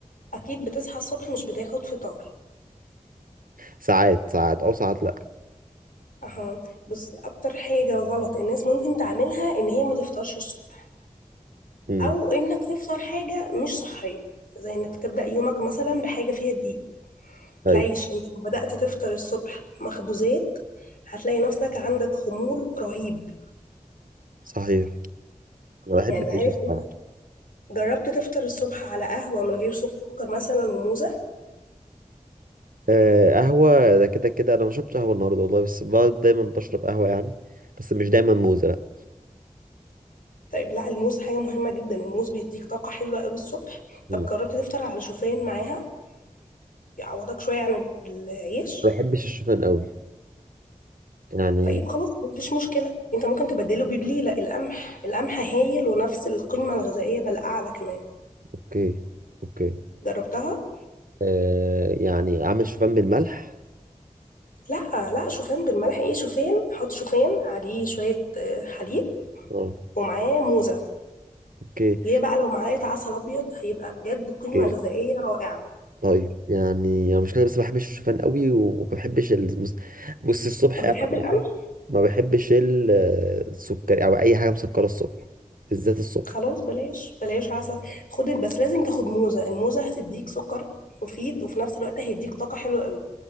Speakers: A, on the left; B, on the right.
A: اكيد بتصحى الصبح مش بتاخد فطار
B: ساعات ساعات او ساعات لا
A: اها بص اكتر حاجه غلط الناس ممكن تعملها ان هي ما تفطرش الصبح
B: امم
A: او انك تفطر حاجه مش صحيه زي انك تبدا يومك مثلا بحاجه فيها دقيق
B: ايوه
A: العيش انت لو بدات تفطر الصبح مخبوزات هتلاقي نفسك عندك خمول رهيب
B: صحيح انا بحب
A: يعني
B: العيش
A: عارف
B: الصعب
A: انت جربت تفطر الصبح على قهوه من غير سكر مثلا وموزه
B: آه قهوه ده كده كده انا ما شربتش قهوه النهارده والله بس بقعد دايما بشرب قهوه يعني بس مش دايما موزه لا
A: طيب لا الموز حاجه مهمه جدا الموز بيديك طاقه حلوه قوي الصبح طب
B: امم
A: جربت تفطر على شوفان معاها يعوضك شوية عن العيش
B: ما بحبش الشوفان قوي يعني
A: طيب خلاص مفيش مشكلة انت ممكن تبدله ببليلة القمح القمح هايل ونفس القيمة الغذائية بل أعلى كمان
B: اوكي اوكي
A: جربتها؟
B: آه يعني اعمل شوفان بالملح
A: لا لا شوفان بالملح ايه شوفان حط شوفان عليه شوية آه، حليب
B: اه
A: ومعاه موزة
B: اوكي
A: وهي بقى لو معلقة عسل أبيض هيبقى بجد قيمة
B: اوكي
A: غذائية رائعة
B: طيب يعني انا مشكله بس ما بحبش الشوفان قوي وما بحبش المس... بص الصبح
A: طب
B: انا
A: بتحب
B: ما
A: القمح؟
B: بحب- ما بحبش السكر او اي حاجه مسكره الصبح بالذات الصبح
A: خلاص بلاش بلاش عسل خد بس لازم تاخد موزة الموزة هتديك سكر مفيد وفي نفس الوقت هيديك طاقة حلوة قوي